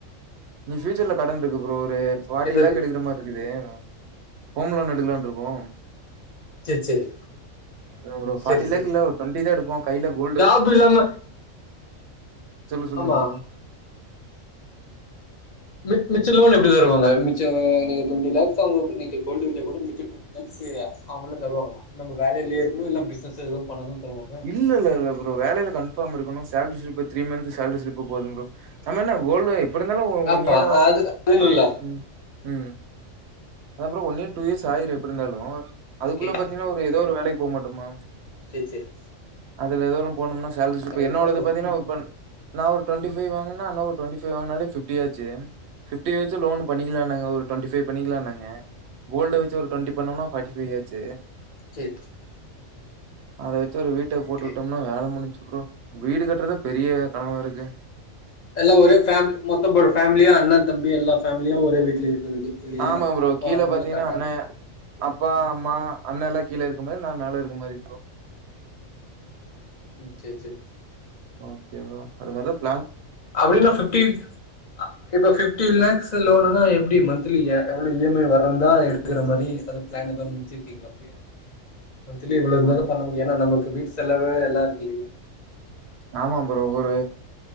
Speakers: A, on the right; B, on the left.
A: இனி ஃபியூச்சர்ல கடன்ட்ருக்கு ப்ரோ ஒரு ஃபாட்டி
B: இது
A: லேக் எடுக்றமாரி இருக்குது ஹோம் லோன் எடுக்லான்ருக்கோ
B: சரி சரி
A: அதா ஒரு ஃபார்ட்டி
B: சரி
A: லேக் இல்ல ஒரு டுவெண்டி தா எடுப்போ கைல கோல்டு
B: அப் இல்லாம
A: சொல்லு சொல்லுங்க
B: ஆமா
A: ப்ரோ
B: மி மிச்சோ லோன் எப்டி தருவாங்க மிச்சோ நீங்க டுவெண்டி லாக்ஸ் அவுங்க நீங்க கோல்டு வச்சா கூட மிச்சோ டு <unintelligible> அவுங்களே தருவாங்ளா நம்ம வேலையிலே இருக்கணு இல்ல பிசினஸ் எதுவு பண்ணாதா தருவாங்க
A: இல்ல இல்ல இல ப்ரோ வேலைல கன்ஃபார்ம் இருக்கணு salary slip three month salary slip போது ப்ரோ நம்ம என்ன கோல்டு எப்டியிருந்தாலு ஒ
B: ஆமா
A: ஒன் இயர்
B: அது அதுன்னு
A: டு
B: இல்ல
A: ம் ம் அதா bro one year two years ஆயிரோ எப்டியிருந்தாலு அதுக்குள்ள
B: ஓகே
A: பாத்தீன்னா ஒரு ஏதோ ஒரு வேலைக்கு போ மாட்டோமா
B: சேரி சேரி
A: அதுல ஏதோம் ஒரு போனும்னா சேலரி ஸ்லிப்பு
B: கரெக்ட்
A: என்னோடது
B: கரெக்ட்
A: பாத்தீங்கன்னா இப்ப நா ஒரு டொண்டி ஃபைவ் வாங்குனா அண்ண ஒரு டொண்டி ஃபைவ் வாங்னாலே ஃபிப்டி ஆச்சு ஃபிப்டி வச்சு லோனு பண்ணிக்கலாங்க ஒரு டொண்டிஃபை பண்ணிக்கலானாங்க அ கோல்டு வச்சு ஒரு டுவெண்டி பண்னோனா ஃபாடி ஃபைவ் ஆச்சு
B: சேரி
A: அத வச்சு ஒரு வீட்ட போட்டு
B: ஓகே
A: விட்டோம்னா வேலை முடிஞ்சு ப்ரோ வீடு கட்றதே பெரிய கனவா இருக்கு
B: எல்லா ஒரே ஃபேமிலி மொத்த <unintelligible> ஃபேமிலியா அண்ண தம்பி எல்லா ஃபேமிலியு ஒரே வீட்ல இருக்கிறதுக்கு இல்லயா
A: ஆமா ப்ரோ
B: அப்போ
A: கீழ
B: அதுனால
A: பாத்தீங்கன்னா
B: கரெக்டா
A: அண்ண
B: இருக்கு
A: அப்பா அம்மா அண்ணால்லா கீழ இருக்க மாரி நா மேல இருக்க மாரி ப்ரோ
B: ம் சேரி சேரி
A: ஓகே வா அ வெறப்
B: அப்டின்னா ஃபிப்டி அ இப்ப ஃபிப்டி லேக்ஸ் லோனுனா எப்டி மந்த்லி அ எவ்ளோ இ எம் ஐ வறந்தா விக்கிற மாரி அது ப்ளான் ஏதாவது நெனச்சிருக்கீங்களா அப்டியே மந்தலி இவ்வளோ இருந்தாதா
A: மன்
B: பண்ண முடியு ஏன்னா நமக்கு வீட்டு செலவு எல்லா இருக்கு இல்லயா
A: ஆமா ப்ரோ ஒரு